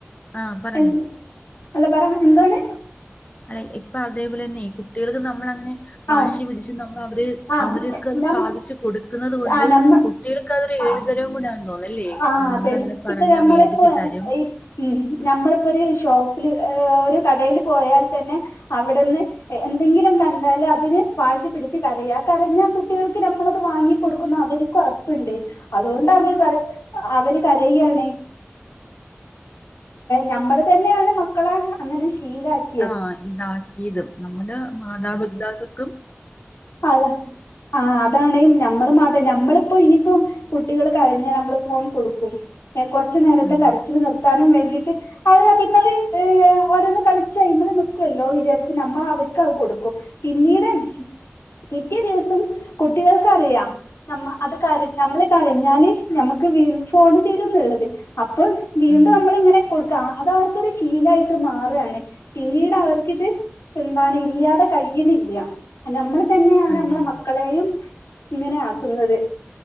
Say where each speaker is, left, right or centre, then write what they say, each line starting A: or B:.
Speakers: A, on the left; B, on the left.
A: ആ പറഞ്ഞോ.
B: എ അല്ല പറ എന്താണ്
A: അല്ലെ ഇപ്പൊ അതേപോലെ തന്നെ കുട്ടികൾക്ക് നമ്മള അങ്ങനെ വാശി
B: ആ
A: പിടിച്ച് നമ്മൾ അവര്
B: ആ
A: അവരൊക്കെ അത്
B: നമ്മ
A: സാധിച്ചച്ച് കൊടുക്കുന്നത് കൊണ്ട്
B: ആ നമ്മ
A: കുട്ടികൾക്ക്തൊരു എഏഴുതരവും
B: ആ
A: കൂട തോന്നല്ലേ
B: ആഹ്
A: അവടെ
B: അതന്നെ
A: നമ്മള അങ്ങനെ. പറഞ്ഞാ
B: ഇപ്പൊ നമ്മളിപ്പോ
A: മേടിച്ചു തരും.
B: ഈ ഉം നഞമ്മളിപ്പോ ഒരു ഷോപ്പില് ഒരു കടയിൽ പോയാൽ തന്നെ അവിടുന്ന് എന്തെങ്കിലും കണ്ടാൽ അതിന് വാശിപിടിച്ച് കരയാ കരഞ്ഞാൽ കുട്ടികൾക്ക് നമ്മളത് വാങ്ങി. ക കൊടുക്കുന്ന അവർ കൊറപ്പുണ്ട് അതുകൊണ്ട് അവൻ പറയും അവര് കരയണ് ഞമ്മള് തന്നെയാണ് മക്കളെ അങ്ങനെ ശീലക്കാ
A: ആഹ് ഇതാക്കിയതും നമ്മള് മാതാപിതാക്കൾ
B: അത ആഹ് അതാണ് നമ്മളും അത നമ്മളിപ്പോ ഇനിയിപ്പോം കുട്ടികൾ കരഞ്ഞാൽ നമ്മള് ഫോൺ കൊടുക്കും കൊറച്ചു നേരത്തെ
A: അതെ.
B: കരച്ചിൽ നിർത്താനും വേണ്ടിട്ട് അവര് അതിമല് ഓരോന്ന് കളിച്ച് അതിൻ മേൽ നറക്കുവല്ലോ വിചാരിച്ച് നമ്മൾ അവർക്ക് അത് കൊടുക്കും. പിന്നീട് പിറ്റേ ദിവസം കുട്ടികൾക്കറിയാം. ന അത് ക നമ്മള് കരഞ്ഞാല് നഞമ്മക്ക് വീ ഫോണ് തരുംന്നള്ളത് അപ്പ. വീണ്ടും
A: അതെ.
B: നമ്മളിങ്ങനെ കൊടുക്കാം അത് അവർക്കൊരു ശീലായിട്ട് മാറുകയാണ് പിന്നീട് അവർക്കിത് എന്താണ് ഇല്ലാതെ കൈണില്ല നമ്മൾ തന്നെയാണ്
A: അതെ.
B: നമ്മളെ മക്കളെയും
A: അതെ.
B: ഇങ്ങനെ ആക്കുന്നത്.